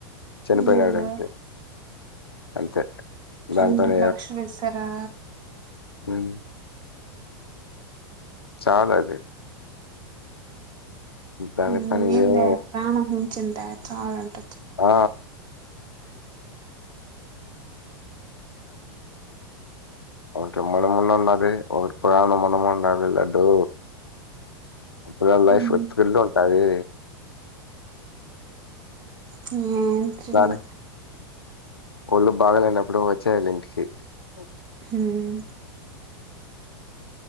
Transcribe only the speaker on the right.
అయ్యయ్యో
రెండు
లక్షలు ఇస్తారా
హమ్ ఏంది
ప్రాణం చింత చాలు అంట
ఉమ్
హ్మ్ ఎం థ్రిల్
ఉమ్